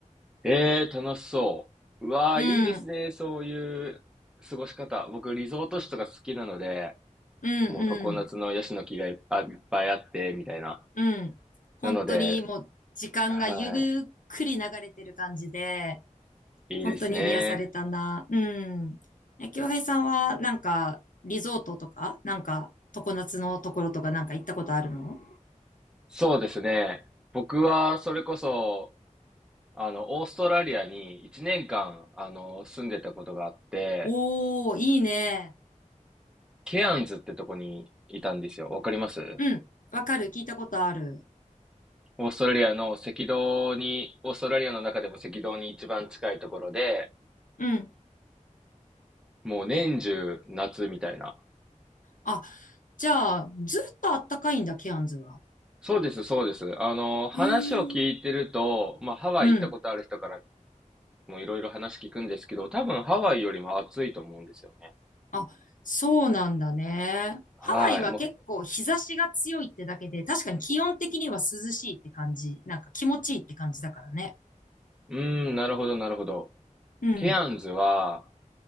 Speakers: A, in the centre; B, on the left.
A: ええ、楽しそう。うわー、
B: うん、
A: いいですね。そういう過ごし方。僕、リゾート地とか好きなので、
B: うん、
A: もう常夏のヤシの木がいっぱい、いっぱいあって、みたいな。
B: うん、うん。本当にもう時間がゆっくり流れてる感じで、
A: なので、はい、いいですね。
B: 本当に癒されたな。うん。え、京平さんはなんかリゾートとか、なんか常夏のところとかなんか行ったことあるの
A: そうですね。僕は、それこそ、あの、オーストラリアに1年間、あの、住んでたことがあって、
B: おー、いいね。
A: ケアンズってとこにいたんですよ。わかります
B: うん。わかる。聞いたことある。
A: オーストラリアの赤道に、オーストラリアの中でも赤道に一番近いところで、
B: うん。
A: もう年中夏みたいな。
B: あ、じゃあ、ずっとあったかいんだ、ケアンズは。
A: そうです、そうです。あの、話を聞いてると、
B: ええ。
A: まあ、ハワイ行ったことある人から
B: うん。
A: もいろいろ話聞くんですけど、多分ハワイよりも暑いと思うんですよね。
B: あ、そうなんだね。
A: はい。
B: ハワイは結構日差しが強いってだけで、
A: も
B: 確かに気温的には涼しいって感じ。なんか気持ちいいって感じだからね。
A: う、うーん、なるほど、なるほど。
B: うん、
A: ケアンズは、